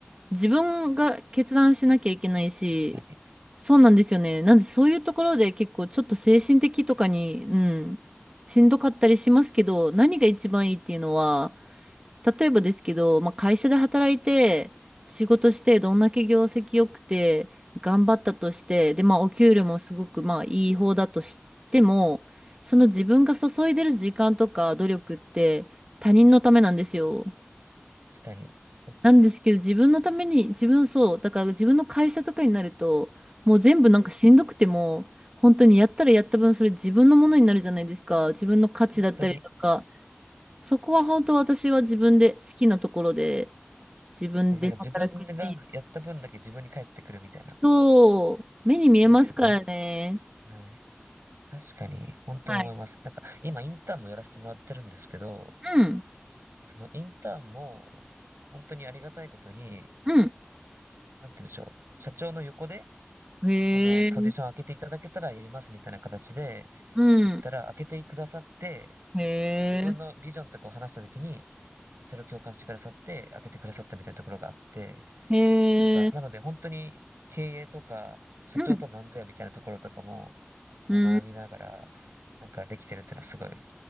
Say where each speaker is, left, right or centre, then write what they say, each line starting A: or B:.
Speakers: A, on the right (about 20°); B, on the right (about 75°).
A: 自分が決断しなきゃいけないし、
B: 確かに。
A: そうなんですよね。なんでそういうところで結構ちょっと精神的とかに、うん、しんどかったりしますけど、何が一番いいっていうのは、例えばですけど、まあ、会社で働いて、仕事して、どんだけ業績良くて、頑張ったとして、で、まあ、お給料もすごく、まあ、いい方だとしても、その自分が注いでる時間とか努力って、他人のためなんですよ。
B: 確かに。そ
A: なんですけど、自分のために、自分そう、だから自分の会社とかになると、もう全部なんかしんどくても、本当にやったらやった分、それ自分のものになるじゃないですか。自分の価値だったりとか、
B: 本当に、
A: そこは本当私は自分で好きなところで、自分で働くっていう
B: 確かになんか自分がやった分だけ自分に返ってくるみたいな
A: と、目に見えますからね。
B: 感じですよね。はい。確かに、本当に思います。
A: はい。
B: なんか、今インターンもやらせてもらってるんですけど、
A: うん、
B: そのインターンも、本当にありがたいことに、
A: うん。
B: なんて言うんでしょう。社長の横で、
A: へえ、
B: あの、ポジション開けていただけたらやりますみたいな形で、
A: うん。
B: 言ったら開けてくださって、
A: へ
B: 自分のビジョンとかを話したときに、
A: え、
B: それを共感してくださって、開けてくださったみたいなところがあって、
A: へえ、
B: なんか、なので本当に経営とか、社長とは何ぞやみたいなところとかも、
A: うん。
B: 今学びながら、
A: うん。
B: なんかできてるっていうのはすごい